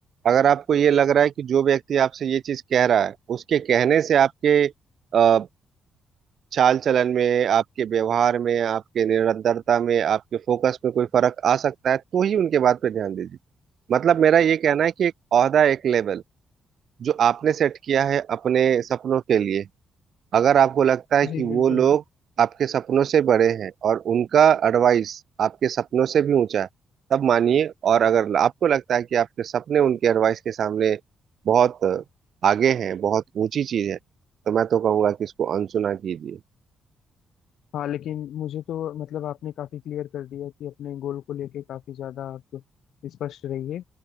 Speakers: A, on the right (about 60°); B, on the left (about 65°).
A: अगर आपको ये लग रहा है कि जो व्यक्ति आपसे ये चीज कह रहा है उसके कहने से आपके अ, चाल चलन में आपके व्यवहार में आपके निरंतरता में आपके फोकस में कोई फर्क आ सकता है तो ही उनके बात पे ध्यान दीजिए मतलब मेरा ये कहना है कि एक ओहदा एक लेवल जो आपने सेट किया है अपने सपनों के लिए अगर आपको लगता है कि
B: जी
A: वो
B: बिल्कुल
A: लोग आपके सपनों से बड़े हैं और उनका एडवाइस आपके सपनों से भी ऊंचा है तब मानिए और अगर आपको लगता है कि आपके सपने उनके एडवाइस के सामने बहुत आगे हैं बहुत ऊंची चीज है तो मैं तो कहूंगा कि इसको अनसुना कीजिए
B: हाँ लेकिन मुझे तो मतलब आपने काफ़ी क्लियर कर दिया कि अपने गोल को लेके काफ़ी ज़्यादा आप स्पष्ट रहिए